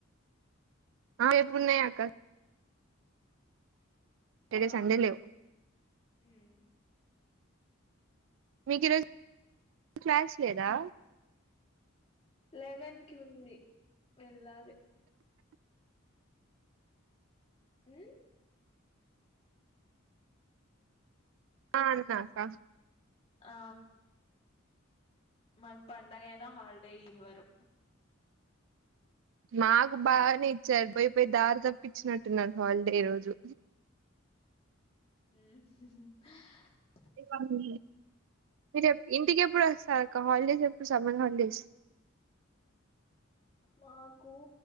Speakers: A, on the right (about 65°); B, on the left (about 30°).
A: అ ఎప్పుడున్నా అక అక
B: ఆ
A: సంధ లేవు
B: ఉమ్
A: మీకు ఈరోజు క్లాస్ లేదా
B: లెవెన్ కి ఉంది వెళ్ళాలి హ
A: ఆ అన్నాకా
B: ఆ మాకు పండగయినా హాలిడే ఇవ్వరు
A: మాకు బాగానే ఇచ్చారు పోయి పోయి దారి తప్పిచ్చినట్టున్నారు హాలిడే రోజు
B: ఉ
A: మీవాళ్ళు ఈ చెప్ ఇంటికి ఎప్పుడు వస్తారు హాలిడేస్ ఎప్పుడు సమ్మర్ హాలిడేస్
B: మాకు